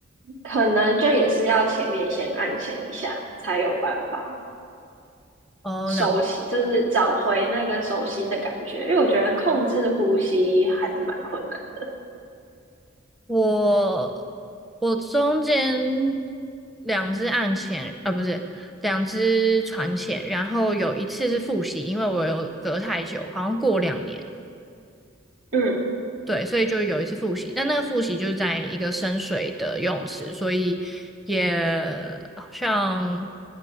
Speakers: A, on the right (about 75°); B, in the centre.
A: 可能就也是要前面先按前一下，才有办法
B: 哦，
A: 熟悉，
B: 两。
A: 就是找回那个熟悉的感觉。因为我觉得控制呼吸还是蛮困难的。
B: 我我中间两只岸潜，啊，不是两只船潜，然后有一次是复习，因为我有隔太久，好像过两年。
A: 嗯
B: 对，所以就有一次复习，但那个复习就是在一个深水的游泳池，所以也好像